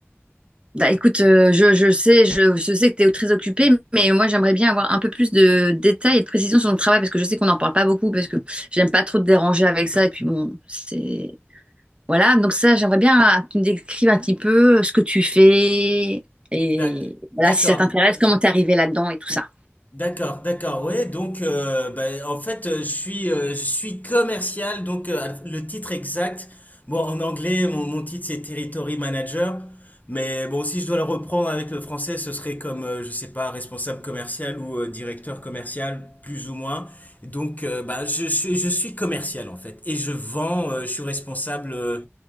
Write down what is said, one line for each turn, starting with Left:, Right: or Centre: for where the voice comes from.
Right: Bah écoute, euh, je, je sais, je, je sais que tu es très occupé, mais moi j'aimerais bien avoir un peu plus de détails et de précisions sur ton travail parce que je sais qu'on n'en parle pas beaucoup parce que j'aime pas trop te déranger avec ça et puis bon, c'est... Voilà, donc ça, j'aimerais bien euh, que tu me décrives un petit peu euh, ce que tu fais et
Left: D'ac-
Right: voilà,
Left: D'accord.
Right: si ça t'intéresse, comment t'es arrivé là-dedans et tout ça.
Left: D'accord, d'accord, ouais, donc euh, bah, en fait euh, je suis, euh, je suis commercial, donc euh, le titre exact, bon en anglais mon, mon titre c'est Territory Manager, mais bon si je dois le reprendre avec le français ce serait comme, euh, je sais pas, responsable commercial ou euh, directeur commercial, plus ou moins, donc euh, bah, je, suis, je suis commercial en fait, et je vends, euh, je suis responsable euh,